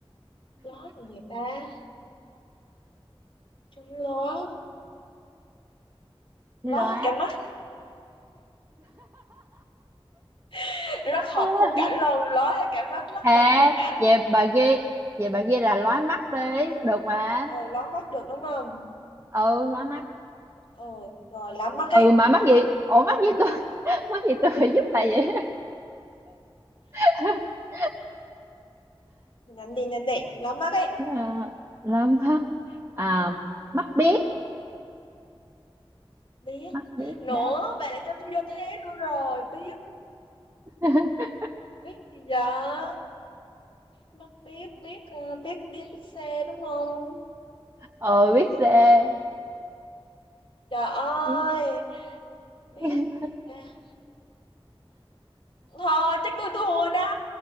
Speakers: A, on the left (about 65°); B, on the right (about 25°).
A: ló gì vậy ta Chú ló ló
B: lóa
A: hết cả mắt <laughs> rất hợp
B: <laughs>
A: khung cảnh luôn ló hết cả mắt rất
B: à,
A: hợp khung cảnh
B: vậy bà ghi vậy bà ghi là lóa mắt đi được mà
A: ờ ló mắt được đúng không
B: ừ lóa mắt
A: ờ rồi ló mắt
B: ừ
A: ấy
B: mà mắc gì ủa mắc gì tôi <laughs> mắc gì tôi phải giúp bà vậy <laughs>
A: nhanh đi nhanh đi ló mắt ấy
B: Ờ, lóa mắt à mắt biết
A: biết
B: mắt biết
A: nữa
B: đấy
A: bà lại cho tôi vô thế nữa rồi biết
B: <laughs>
A: biết gì giờ Mắt biết biết ờ, biết biết xe đúng không?
B: ừ biết xe
A: Trời ơi,
B: biết
A: biết
B: <laughs>
A: gì nha. Thôi chắc tôi thua đó.